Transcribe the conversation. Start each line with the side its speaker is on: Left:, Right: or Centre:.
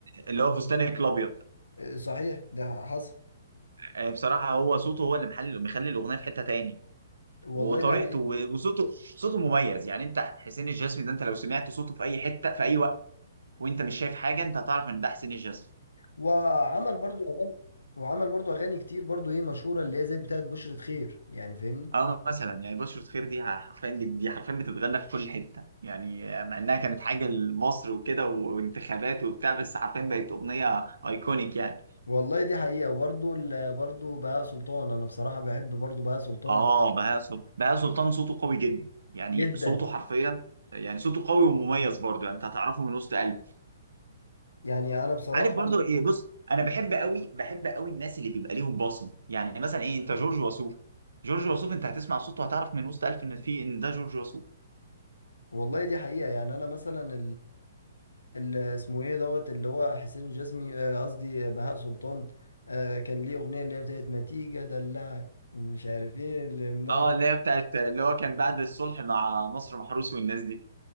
Right: اللي هو فستانك الابيض
Left: آه، صحيح ده حصل
Right: آه، بصراحه هو صوته هو اللي محل مخلي الاغنيه في حته تاني
Left: والله
Right: وطريقته
Left: ده حقيقة
Right: وصوته صوته مميز يعني انت حسين الجسمي ده انت لو سمعت صوته في اي حته في اي وقت وانت مش شايف حاجه انت هتعرف ان ده حسين الجسمي
Left: وعمل برضو اغاني وعمل برضو اغاني كتير برضو ايه مشهورة اللي هي زي بتاعت بشرة خير يعني فاهمني
Right: اه مثلا يعني بشرة خير دي حرفيا دي حرفيا بتتغنى في كل حته يعني مع انها كانت حاجه لمصر وكده وانتخابات وبتاع بس حرفيا بقت اغنيه ايكونيك يعني
Left: والله دي حقيقة وبرضو ال- برضو بهاء سلطان انا بصراحة بحب برضو بهاء سلطان
Right: اه بهاء سلطان بهاء سلطان صوته قوي جدا يعني
Left: جدا
Right: صوته حرفيا يعني صوته قوي ومميز برضه يعني انت هتعرفه من وسط قلبك
Left: يعني انا بصراحة
Right: عارف برضو ايه بص انا بحب قوي بحب قوي الناس اللي بيبقى ليهم بصمه يعني مثلا ايه انت جورج وسوف جورج وسوف انت هتسمع صوته هتعرف من وسط ألف ان في ان ده جورج وسوف
Left: والله دي حقيقة يعني انا مثلا اللي اسمه ايه دوت اللي هو حسين الجسمي آه، قصدي بهاء سلطان آه، كان ليه اغنيه اللي هي بتاعت ما تيجي ادلعك مش عارف ايه اللي منع
Right: اه اللي هي بتاعت اللي هو كان بعد الصلح مع نصر محروس والناس دي